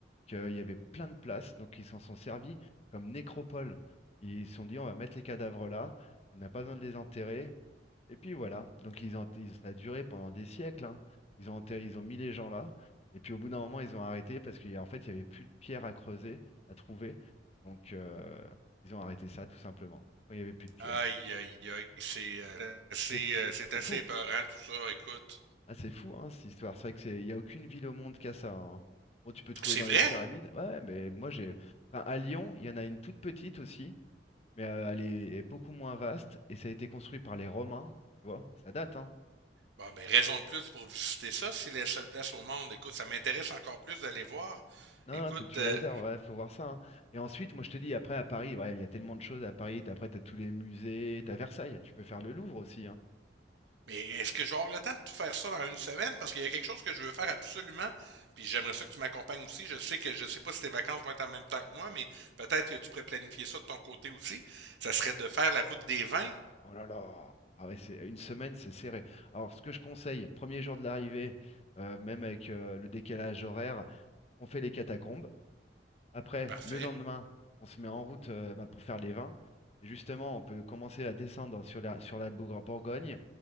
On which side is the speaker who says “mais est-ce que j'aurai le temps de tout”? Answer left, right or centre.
Right